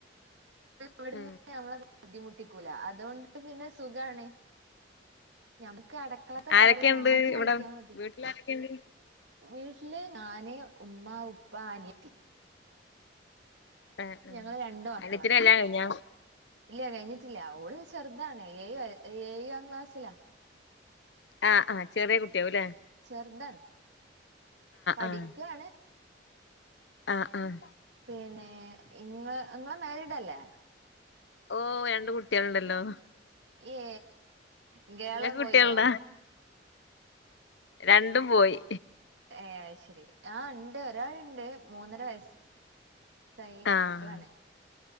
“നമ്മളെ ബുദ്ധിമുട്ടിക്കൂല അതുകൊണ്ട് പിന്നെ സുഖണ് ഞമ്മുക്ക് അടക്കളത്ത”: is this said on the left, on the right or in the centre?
Right